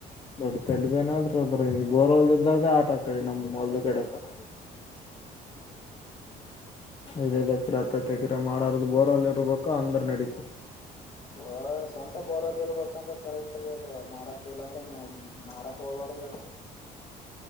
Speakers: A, on the left; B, on the left.
A: ದೊಡ್ಡ ತಲೆ ಬೇನಾದ್ರ ಅದ್ರಗ ಬೋರ್ಲ್ದ ಇದೋರ್ ಆಟ. ಕಡೆ ನಮ್ಮ ಹೊಲದ ಕಡೆತನ. ಐದೈದು ಏಕಿರ ಹತ್ತತೆಕಿರಾ ಮಾಡಾರದು ಬೋರಲ್ಲ ಇರ್ಬೇಕು. ಅಕ್ಕ ಅಂದ್ರ ನಡೀತದ.
B: ಬ ಸ್ವಂತ ಬೋರಲ್ಲಿ ಇರ್ಬೇಕಂದ್ರೆ ಕರೆಕ್ಟ್ ಅ ಮಾಡಕ್ ಇಲ್ಲ ಅಂದ್ರೆ. ಮಾಡಕ್ಕೋಬದ್ದು ಅಕಾಡಿ